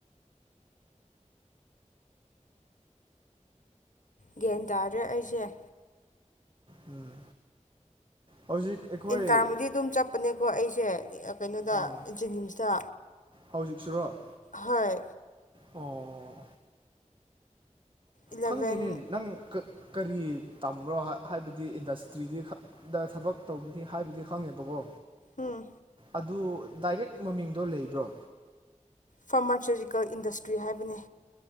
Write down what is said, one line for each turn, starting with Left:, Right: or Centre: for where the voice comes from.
Left: ꯒ꯭ꯌꯥꯟ ꯇꯥꯗ꯭ꯔꯦ ꯑꯩꯁꯦ
Right: ꯎꯝ ꯍꯧꯖꯤꯛ ꯑꯩꯈꯣꯏ
Left: ꯏꯟꯇꯔꯕꯨꯗꯤ ꯑꯗꯨꯝ ꯆꯠꯄꯅꯦꯀꯣ ꯑꯩꯁꯦ ꯀꯩꯅꯣꯗ
Right: ꯑꯥ
Left: ꯖꯦꯅꯤꯝꯁꯇ
Right: ꯍꯧꯖꯤꯛꯁꯤꯔꯣ
Left: ꯍꯣꯏ
Right: ꯑꯣ
Left: ꯏꯂꯚꯦꯟ
Right: ꯈꯪꯗꯦꯅꯦ ꯅꯪ ꯀꯔꯤ ꯇꯝꯕ꯭ꯔꯣ ꯍꯥꯏꯕꯗꯤ ꯏꯟꯗꯁꯇ꯭ꯔꯤꯗꯤ ꯈꯛ ꯗ ꯊꯕꯛ ꯇꯧꯕꯗꯤ ꯍꯥꯏꯕꯨꯗꯤ ꯈꯪꯉꯦꯕꯀꯣ
Left: ꯑꯥ
Right: ꯑꯗꯨ ꯗꯥꯏꯔꯦꯛ ꯃꯃꯤꯡꯗꯣ ꯂꯩꯕ꯭ꯔꯣ
Left: ꯐꯥꯔꯃꯥꯆꯨꯇꯤꯀꯦꯜ ꯏꯟꯗꯁꯇ꯭ꯔꯤ ꯍꯥꯏꯕꯅꯦ